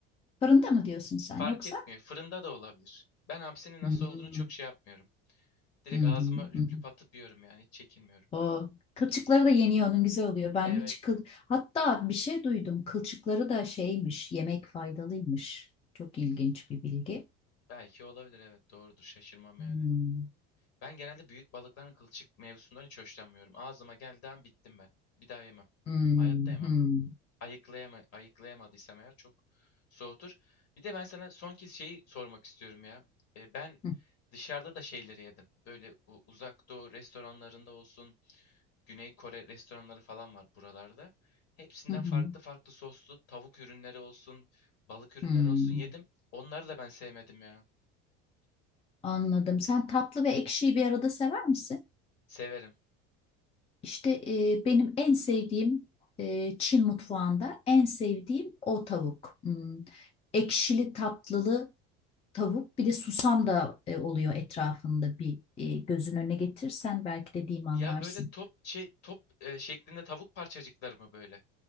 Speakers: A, on the left; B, on the left.
A: fırında mı diyorsun sen
B: Fark
A: yoksa?
B: etmiyor. Fırında da olabilir. Ben hapsinin nasıl
A: Hmm.
B: olduğunu çok şey yapmıyorum. Direkt
A: Hı hı
B: ağzıma lüp
A: hı. hı.
B: lüp atıp yiyorum yani. Hiç çekinmiyorum.
A: O kılçıkları da yeniyor onun güzel oluyor. Ben
B: Evet.
A: hiç kıl hatta bir şey duydum. Kılçıkları da şeymiş, yemek faydalıymış. Çok ilginç bir bilgi.
B: Belki olabilir. Evet. Doğrudur. Şaşırmam
A: Hmm,
B: yani. Ben genelde büyük balıkların kılçık mevzusundan hiç hoşlanmıyorum. Ağzıma geldiği an bittim ben. Bir daha yemem.
A: hmm,
B: Hayatta yemem.
A: hmm,
B: ayıklayama, ayıklayamadıysam eğer çok soğutur. Bir de ben sana son kez şeyi sormak istiyorum ya. E, ben
A: hı,
B: dışarıda da şeyleri yedim. Böyle u- uzak doğu restoranlarında olsun, Güney Kore restoranları falan var buralarda. Hepsinden
A: hı, hı,
B: farklı farklı soslu tavuk ürünleri olsun, balık ürünleri
A: hmm.
B: olsun yedim. Onları da ben sevmedim ya.
A: Anladım. Sen tatlı ve ekşiyi bir arada sever misin?
B: Severim.
A: İşte e, benim en sevdiğim e, Çin mutfağında en sevdiğim o tavuk. Hmm. Ekşili tatlılı tavuk bir de susam da e, oluyor etrafında bir e, gözün önüne getirsen belki dediğimi anlarsın.
B: Ya böyle top şey top e, şeklinde tavuk parçacıkları mı böyle?